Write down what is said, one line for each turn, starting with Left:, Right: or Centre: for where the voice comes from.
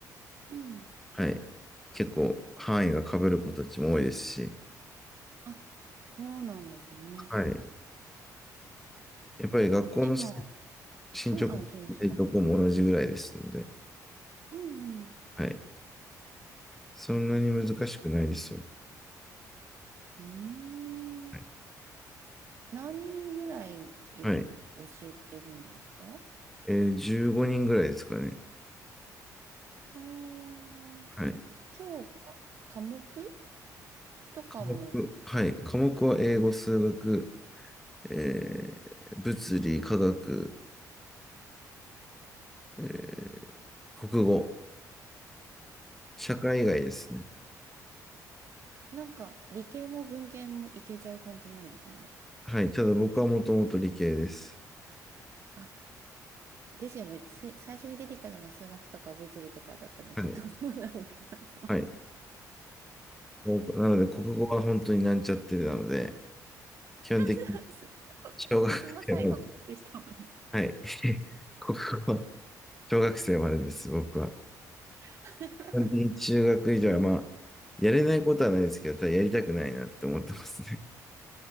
Right: うん。
Centre: はい。結構、範囲が被る子たちも多いですし、
Right: あ、そうなんですね。
Centre: はい。やっぱり学校のし
Right: 今、
Centre: 進捗
Right: うん、あ、すいません。
Centre: どこも同じぐらいですので、
Right: うんうん。
Centre: はい。そんなに難しくないですよ。
Right: うーん。
Centre: はい。
Right: 何人ぐらい今教えてるんですかあ
Centre: はいえー15人ぐらいですかね。
Right: あー、
Centre: はい。
Right: 今日か、科目とかも、
Centre: 科目はい。科目は英語、数学、えー物理、科学、えー国語、社会以外ですね。
Right: なんか理系も文系もいけちゃう感じなんですね。
Centre: はい。ただ僕はもともと理系です。
Right: あですよね。つい最初に出てきたのが数学とか物理とかだったね。
Centre: はい。
Right: きっとそうなんだなと思う。
Centre: はい。もうなので、国語は本当になんちゃってなので、基本的に
Right: <laughs>
Centre: 小学生まで。
Right: 国語最後の方でしたもんね。
Centre: はい。<laughs> 国語は小学生までです、僕は。基
Right: <laughs>
Centre: 本的に中学以上は、まあ、やれないことはないですけど、ただやりたくないなって思ってますね。